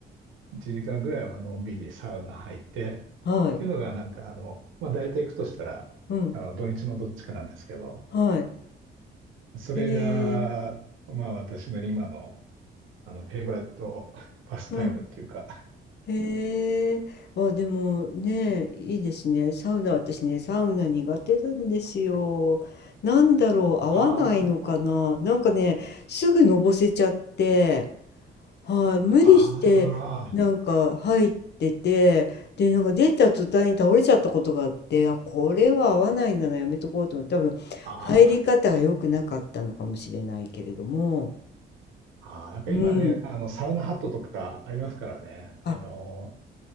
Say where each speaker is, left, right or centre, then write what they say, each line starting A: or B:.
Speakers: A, on the right (about 85°); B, on the left (about 60°).
A: 1時間ぐらいはのんびりサウナ入って、っていうのがなんか、
B: はい。
A: あの、まあ、大体行くとしたら、
B: うん。
A: あの、土日のどっちかなんですけど、
B: はい。
A: それが、
B: えー。
A: まあ、私の今の、あの、フェイバリットパスタイムっていうか、
B: うん。へえ、あ、でもね、いいですね。サウナ、私ね、サウナ苦手なんですよ。なんだろう、合わないのかな。
A: あー
B: なんかね、すぐのぼせちゃって、はい、無理して、
A: あー、
B: なんか入ってて、で、なんか出た途端に倒れちゃったことがあって、あ、これは合わないんだな、やめとこうと思って、多分、
A: あ
B: 入り方が良くなかったのかもしれないけれども、
A: ーあー、なんか今ね、
B: うん、
A: あの、サウナハットとかありますからね、あの、
B: あ、